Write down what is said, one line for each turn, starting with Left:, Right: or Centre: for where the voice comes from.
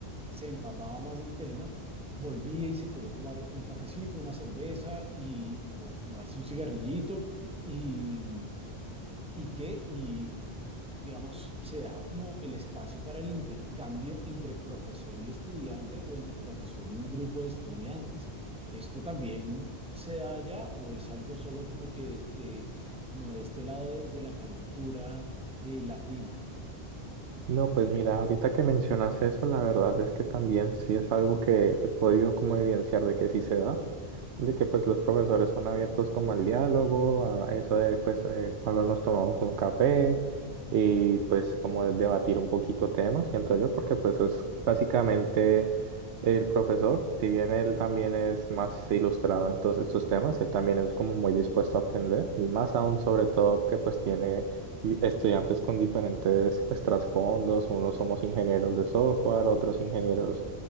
Centre: se empapaba más del tema, volvía y se podía tomar un cafecito, una cerveza y, o fumarse un cigarrillito y, y qué, y digamos, se daba como el espacio para el intercambio entre profesor y estudiante o entre profesor y un grupo de estudiantes. ¿Esto también se da allá o es algo solo como que de, como de este lado de, de la calentura eh, latina?
Right: No, pues mira, ahorita que mencionas eso, la verdad es que también sí es algo que he podido como evidenciar de que sí se da. De que pues los profesores son abiertos como al diálogo, a eso de pues eh, cuando nos tomamos un café y pues como de debatir un poquito temas, siento yo, porque pues es básicamente el profesor, si bien él también es más ilustrado en todos estos temas, él también es como muy dispuesto a aprender y más aún sobre todo que pues tiene y- estudiantes con diferentes pues trasfondos, unos somos ingenieros de software, otros ingenieros